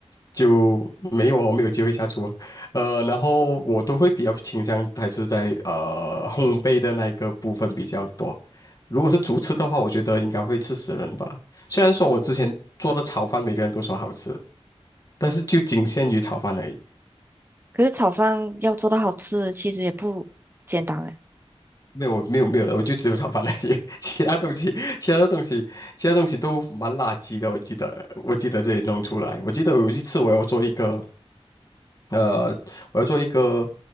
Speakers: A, on the left (about 35°); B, on the right (about 20°).
A: 就没有我没有机会下厨，呃，然后我都会比较倾向还是在呃烘焙的那一个部分比较多。如果是主吃的话，我觉得应该会吃死人吧。虽然说我之前做的炒饭每个人都说好吃，但是就仅限于炒饭而已。
B: 可是炒饭要做到好吃，其实也不简单哎。
A: 没有没有没有的，我就只有炒饭那些，<laughs> 其他东西其他东西其他东西都蛮垃圾的，我记得我记得这里弄出来，我记得有一次我要做一个呃我要做一个